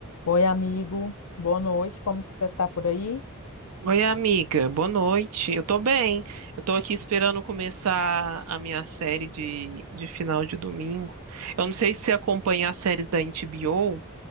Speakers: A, on the left; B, on the right.
A: Oi, amigo. Boa noite. Como que você tá por aí?
B: Oi, amiga, boa noite. Eu tô bem. Eu tô aqui esperando começar a minha série de, de final de domingo. Eu não sei se você acompanha as séries da HBO,